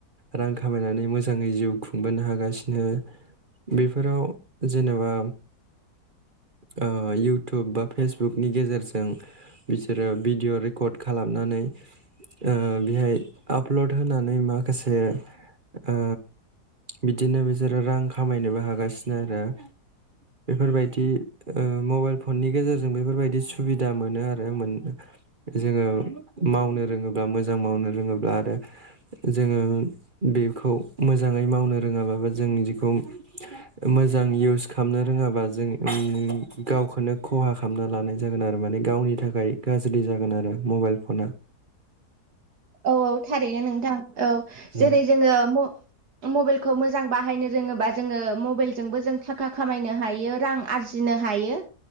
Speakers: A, on the right; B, on the right.
A: रां खामायनानै मोजाङै जिउ खुं खांबोनो हागासिनो बेफोराव जेनेबा ओ इउटुब बा फेसबुकनि गेजेरजों बिसोरो भिडिअ रेकर्ड खालामनानै ओ बेहाय आपलड होनानै माखासे ओ बिदिनो बिसोरो रां खामायनोबो हागासिनो आरो बेफोरबायदि ओ मबाइल फननि गेजेरजों बेफोरबायदि सुबिदा मोनो आरो मोन जोङो मावनो रोङोब्ला मोजां मावनो रोङोब्ला आरो जोङो बेखौ मोजाङै मावनो रोङाबाबो जों बिखौ मोजां इउस खालामनो रोङाबा जों गावखौनो खहा खालामना लानाय जागोन आरो माने गावनि थाखाय गाज्रि जागोन आरो मबाइल फना
B: औ औ थारैनो नोंथां। औ
A: औ
B: जेरै- जोङो म मबाइलखौ मोजां बाहायनो रोङोबा जोङो मबाइलजोंबो जों थाखा खामायनो हायो रां आरजिनो हायो।